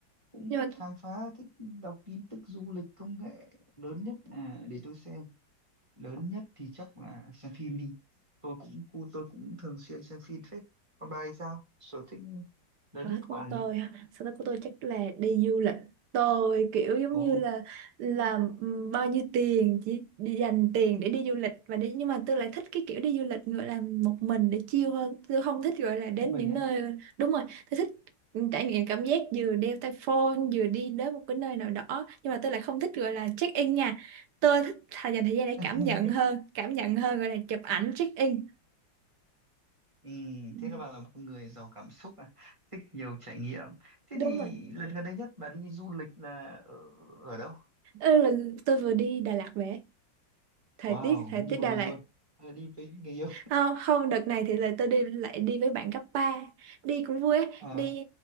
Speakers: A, on the right; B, on the right.
A: cũng
B: nhưng
A: thích
B: mà
A: khám phá, thích đọc tin tức du lịch công nghệ. Lớn nhất là để tôi xem. Lớn nhất thì chắc là xem phim đi. Tôi cũng cu- tôi cũng thường xuyên xem phim phết. Còn bà thì sao? Sở thích lớn
B: sở
A: nhất
B: thích
A: của
B: của
A: bà là
B: tôi
A: gì?
B: ha sở thích của tôi chắc là đi du lịch tôi kiểu giống
A: Ồ,
B: như là làm ừm, bao nhiêu tiền chỉ đi dành tiền để đi du lịch và đi nhưng mà tôi lại thích cái kiểu đi du lịch gọi là một mình để chill hơn tôi không thích gọi là đến
A: mình
B: những
A: á.
B: nơi đúng rồi tôi thích trải nghiệm cảm giác vừa đeo tai phone vừa đi đến một cái nơi nào đó nhưng mà tôi lại không thích gọi là check in nha tôi thích thà dành thời gian để
A: <laughs>
B: cảm nhận hơn cảm nhận hơn gọi là chụp ảnh check in
A: Ừ,
B: Ừ,
A: thế là bà là một người giàu cảm xúc à, thích nhiều trải nghiệm. Thế
B: đúng
A: thì
B: rồi
A: lần gần đây nhất bà đi du lịch là ở, ở đâu?
B: Ơ, là tôi vừa đi Đà Lạt về thời
A: Wow,
B: tiết thời
A: đi
B: tiết
A: một
B: Đà
A: mình
B: Lạt
A: luôn. À, đi với người yêu.
B: không không đợt này thì là tôi đi lại đi với bạn cấp ba đi cũng vui á
A: À,
B: đi